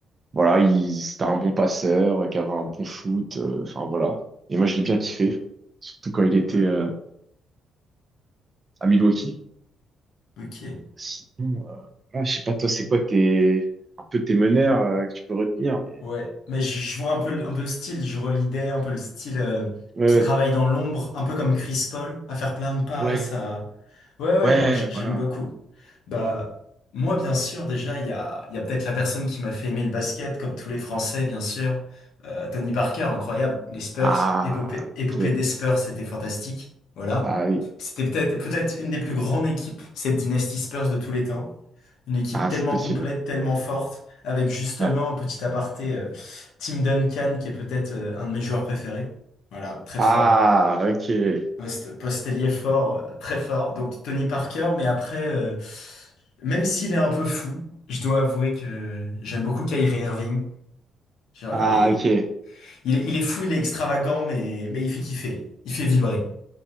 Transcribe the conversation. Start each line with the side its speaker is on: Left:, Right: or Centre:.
Right: Voilà, il, c'était un bon passeur, qui avait un bon foot, euh, enfin voilà. Et moi, je l'ai bien kiffé, surtout quand il était
Left: Ouais.
Right: euh, à Milwaukee.
Left: ok.
Right: Sinon, euh, voilà, je sais pas, toi, c'est quoi tes, un peu tes meneurs euh, que tu peux retenir, mais...
Left: Ouais, mais je, je vois un peu, le- un peu le style, je relidais un peu le style euh,
Right: Ouais,
Left: qui travaille dans l'ombre, un peu comme Chris Paul, à faire plein de passes,
Right: ouais,
Left: à... Ouais, ouais,
Right: ouais,
Left: non, j- j'aime
Right: voilà.
Left: beaucoup. Bah, moi, bien sûr, déjà, il y a, il y a peut-être la personne qui m'a fait aimer le basket, comme tous les Français, bien sûr. Euh, Tony Parker, incroyable. Les Spurs,
Right: Ah,
Left: épopée, épopée
Right: ok.
Left: des Spurs, c'était fantastique. Voilà.
Right: Ah oui.
Left: C'était peut-être, peut-être une des plus grandes équipes, cette dynastie Spurs de tous les temps. Une équipe
Right: Ah,
Left: tellement
Right: c'est possible,
Left: complète, tellement forte avec justement,
Right: ouais. Ouais.
Left: petit aparté, euh, Tim Duncan, qui est peut-être euh, un de mes joueurs préférés. Voilà, très
Right: Ah,
Left: fort.
Right: ok.
Left: Post- Postelier fort, euh, très fort. Donc Tony Parker, mais après, euh, même s'il est un peu fou, je dois avouer que j'aime beaucoup Kyrie Irving. Genre,
Right: Ah,
Left: il est,
Right: ok.
Left: il est, il est fou, il est extravagant, mais, mais il fait kiffer. Il fait vibrer.